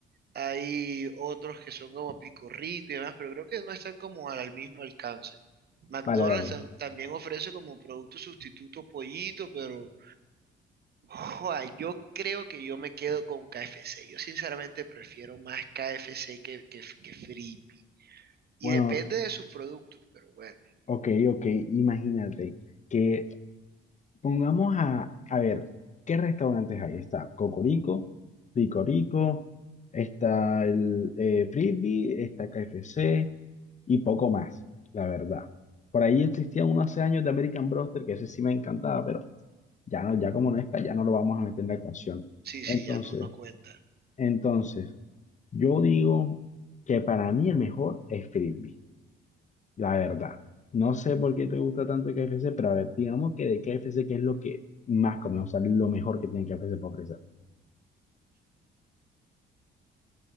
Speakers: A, on the right; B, on the left.
A: hay otros que son como Pico Rico y demás, pero creo que no están como al, al mismo alcance. McDonald's
B: vale, dale.
A: tam- también ofrece como producto sustituto pollito, pero joa, yo creo que yo me quedo con KFC. Yo sinceramente prefiero más KFC que, que, que Frisbee. Y
B: Bueno,
A: depende de sus productos, pero bueno.
B: ok, ok, imagínate que Pongamos a, a ver, ¿qué restaurantes hay? Está Cocorico, Ricorico, está el eh, Frisbee, está KFC y poco más, la verdad. Por ahí existía uno hace años de American Broster, que ese sí me encantaba, pero ya no, ya como no está, ya no lo vamos a meter en la ecuación.
A: Sí,
B: Entonces,
A: sí, ya no, no cuenta.
B: entonces, yo digo que para mí el mejor es Frisbee. La verdad, no sé por qué te gusta tanto el KFC, pero a ver, digamos que de KFC, ¿qué es lo que más comemos? O sea, lo mejor que tiene KFC para ofrecer.